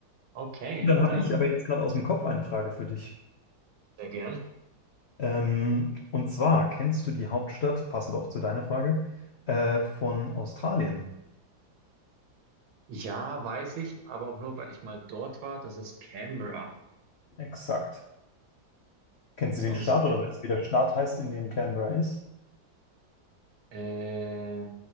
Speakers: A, on the right; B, on the left.
A: Okay,
B: Dann habe
A: dann
B: ich aber jetzt gerade aus dem Kopf eine Frage für dich.
A: sehr gern.
B: Ähm, und zwar, kennst du die Hauptstadt, passend auch zu deiner Frage, äh, von Australien?
A: Ja, weiß ich, aber auch nur, weil ich mal dort war. Das ist Canberra.
B: Exakt. Kennst
A: Sonst
B: du den Staat
A: hätte,
B: oder weißt du, wie der Staat heißt, in dem Canberra ist?
A: äh,